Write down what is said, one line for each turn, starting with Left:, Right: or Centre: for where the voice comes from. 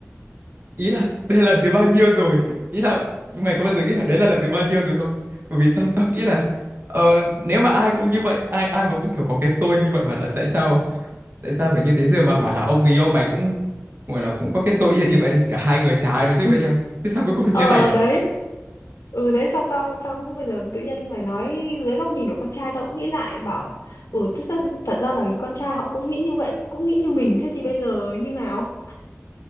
Right: ý là đây là lần thứ bao nhiêu rồi ý là mày có bao giờ nghĩ là đấy là lần thứ bao nhiêu rồi không bởi vì tao tao nghĩ là ờ, nếu mà ai cũng như vậy ai ai mà cũng kiểu có cái tôi như vậy mà là tại sao tại sao phải như thế giờ mà bảo là ông người yêu mày cũng gọi là cũng có cái tôi yên như vậy đi cả hai người chả ai nói trước
Left: <laughs>
Right: với nhau thế sao cuối cùng là chia
Left: ờ
Right: tay à
Left: đấy ừ đấy xong tao tao cũng bây giờ tự nhiên mày nói dưới góc nhìn của con trai tao cũng nghĩ lại bảo ừ thật ra, thật ra là con trai họ cũng nghĩ như vậy cũng nghĩ như mình thế thì bây giờ như nào